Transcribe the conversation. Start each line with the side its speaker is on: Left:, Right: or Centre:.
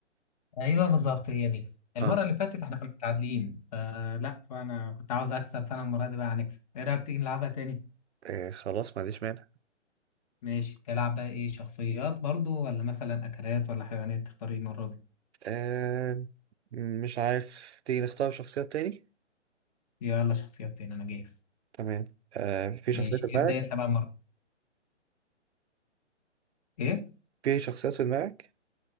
Left: ايوه بالظبط هي دي المرة
Right: اه
Left: اللي فاتت احنا كنا متعادلين فلا فانا كنت عاوز اكسب فانا المرة دي بقى هنكسب ايه رأيك تيجي نلعبها تاني
Right: آه، خلاص ما عنديش مانع
Left: ماشي تلعب بقى ايه شخصيات برضو ولا مثلا اكلات ولا حيوانات تختار ايه المرة دي
Right: آه مش عارف تيجي نختار شخصية تاني
Left: يلا شخصيات تاني انا جاهز
Right: تمام آه في
Left: ماشي
Right: شخصية في دماغك
Left: ابدأ انت بقى المرة دي. ايه
Right: في شخصيات في دماغك